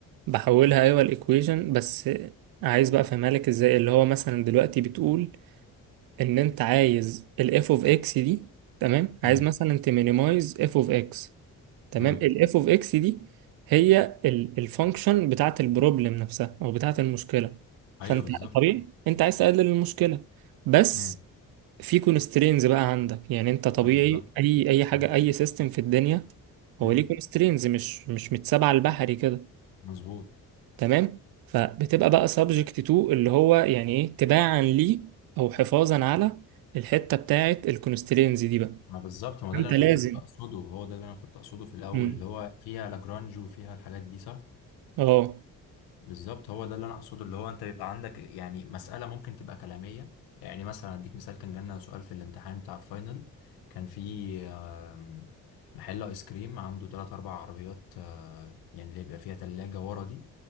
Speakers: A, on the right (about 70°); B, on the left (about 85°).
A: بحولها أيوة الإيكويشن بس عايز بقى أفهمها لك إزاي اللي هو مثلا دلوقتي بتقول ان انت عايز الاف اوف اكس دي تمام
B: امم
A: عايز مثلا تمينيمايز اف اوف اكس تمام
B: امم
A: الاف اوف اكس دي هي الفانكشن بتاعت البروبلم نفسها او بتاعت المشكله فانت
B: ايوه بالظبط
A: طبيعي انت عايز تقلل المشكله بس
B: امم
A: في كونسترينز بقى عندك يعني انت طبيعي
B: ما بالظبط
A: اي اي حاجه
B: امم
A: اي سيستم في الدنيا
B: أمم.
A: هو ليه كونسترينز مش مش متسابعه البحري كده
B: مظبوط
A: تمام فبتبقى بقى سبجكت تو اللي هو يعني ايه تباعا ليه او حفاظا على الحته بتاعه الكونسترينز دي بقى
B: ما بالظبط ما هو ده اللي
A: انت
B: انا
A: لازم
B: كنت اقصده هو ده اللي انا كنت اقصده في الاول
A: مم.
B: اللي هو فيها لاجرانج وفيها الحاجات دي صح
A: اه
B: بالظبط هو ده اللي انا اقصده اللي هو انت يبقى عندك يعني مسألة ممكن تبقى كلامية يعني مثلا اديك مثال كان جالنا سؤال في الامتحان بتاع الفاينل كان في آم، محل ايس كريم عنده ثلاث اربع عربيات آه، يعني اللي بيبقى فيها تلاجة ورا دي